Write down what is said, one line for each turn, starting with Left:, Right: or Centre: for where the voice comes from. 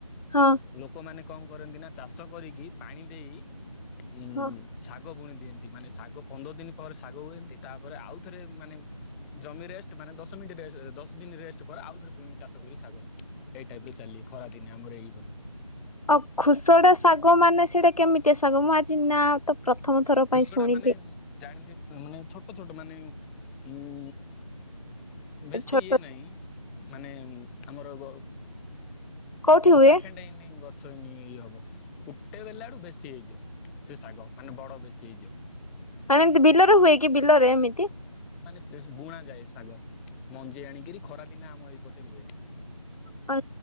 Left: ହଁ
Centre: ଲୋକମାନେ କଣ କରନ୍ତି ନା ଚାଷ କରିକି ପାଣି ଦେଇ ଉଁ ସା
Left: ହଁ।
Centre: ଶାଗ ବୁଣି ଦିଅନ୍ତି ମାନେ ଶାଗ ପନ୍ଦର ଦିନ ପରେ ଶାଗ ହୁଏନ୍ତି ତାପରେ ଆଉ ଥରେ ମାନେ ଜମି ରେଷ୍ଟ ମାନେ ଦଶ ମିନିଟ ରେଶେ ଦଶ ଦିନ ରେଷ୍ଟ ପରେ ଆଉ ଥରେ ପୁଣି ଚାଷ କରିବେ ଶାଗ ଏଇ ଟାଇପ ର ଚାଲି ଖରାଦିନେ ଆମର ଏଇ ବୋଲି
Left: ଆଉ ଖୁସଡା ଶାଗ ମାନେ ସେଇଟା କେମିତିଆ ଶାଗ ମୁଁ ଆଜି ନା ତ ପ୍ରଥମ ଥର ପାଇଁ
Centre: ଖୁସଡା
Left: ଶୁଣିଲି।
Centre: ମାନେ ଜାଣିଥିବ୍ ମାନେ ଛୋଟ ଛୋଟ ମାନେ ଉଁ ବେଶୀ
Left: ଛୋଟ
Centre: ଇଏ ନାହିଁ ମାନେ ଉଁ ଆମର ଗ
Left: କୋଉଠି
Centre: ମୁଁ
Left: ହୁଏ
Centre: ଚ଼ାଖେଣ୍ଡେ ହେଇନି ଗ ଛଇନେ ଇ ହବ କୁଟେ ବେଲା ଆଡୁ ବେଶୀ ହେଇଯିବ ସେ ଶାଗ ମାନେ ବଡ ବେଶୀ ହେଇଯିବ।
Left: ମାନେ ଏମତି ବିଲରେ ହୁଏ କି ବିଲରେ ଏମିତି?
Centre: ସେସ୍ ବୁଣା ଯାଏ ଶାଗ ମଞ୍ଜି ଆଣିକିରି ଖରା ଦିନ ଆମ ଏଇପଟେ ହୁଏ।
Left: ଆ